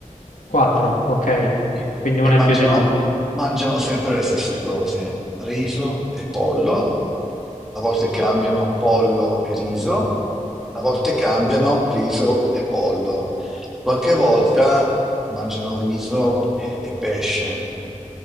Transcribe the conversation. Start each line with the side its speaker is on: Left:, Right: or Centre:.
Left: Quattro, ok,
Centre: Sì.
Left: quindi
Centre: e
Left: una
Centre: mangiano,
Left: in più di noi.
Centre: mangiano sempre le stesse cose, riso e pollo, a volte cambiano pollo e riso, a volte cambiano riso e pollo, qualche volta mangiano riso e, e pesce,